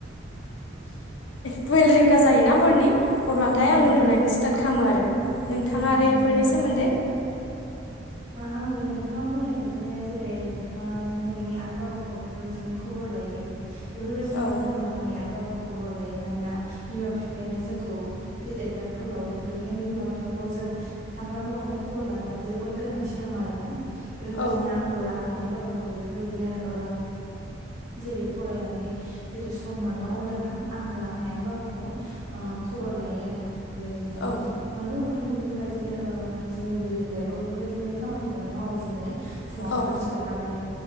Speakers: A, on the right (about 40°); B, on the left (about 65°).
A: <inaudible>
B: टुवेल रिंगा जायोना हरनि अब्लाथाय
A: औ
B: आं
A: नंगौ
B: उन्दुनायखौ
A: नोंथां
B: स्टार्ट खालामो आरो नोंथाङा
A: अ
B: आरो
A: नंगौ
B: बेफोरनि
A: नोंथां
B: सोमोन्दै
A: आंबो नोंथाङा बुंनाय बायदिनो जेरै नोंथाङा नोंनि आइ बाबाखौ बेफोरबायदिनो खौ बर लायो बेफोरबायदिनो
B: औ
A: आंबो आंनि आइ बा खबर लायो मानोना बिमा बिफायानो जोंखौ फेदेरदों फोलावदों बेनिखायनो बिमा बिफाखौ जों सानफ्रामबो माने खबर लानायाबो जोबोद गोनांथि दं आरो ना? बेफोरबायदिनो
B: औ
A: आंबो आंनि आइ बाबाखौ बेफोरबायदिनो ओ जेरै फरायनानै जेरै सम मोनो अब्लाना आंबो आंनि आइ बाबाखौ ओ खबर लायो आरो बेफोरबायदिनो
B: औ
A: नंगौ नोंथां बेफोरबायदिनो जोंनि दैडलि लाइफ बेफोरबायदिनो खामानिखौलाय मावो जोङो फुङाव
B: औ
A: थाब सिखारनानै